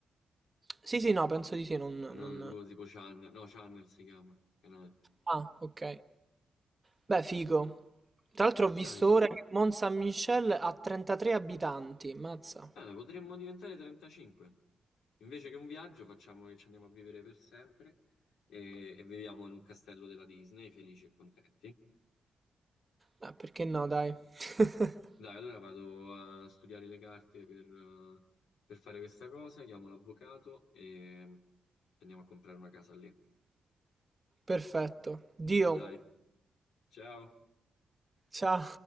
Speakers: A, on the right (about 30°); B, on the left (about 80°).
A: Sì, sì, no, penso di sì, non... non...
B: No, boh, tipo Channel. No, Channel si chiama. Canale.
A: Ah, ok. Beh, figo. Tra l'altro ho visto
B: Dai,
A: ora che Mont Saint-Michel ha 33 abitanti, mazza.
B: Eh, potremmo diventare 35. Invece che un viaggio, facciamo che ci andiamo a vivere per sempre e, e viviamo in un castello della Disney, felici e contenti.
A: Beh, perché no, dai. <laughs>
B: Dai, allora vado a studiare le carte per, eh, per fare questa cosa, chiamo l'avvocato e andiamo a comprare una casa lì.
A: Perfetto. Dio.
B: Dai, ciao!
A: Ciao.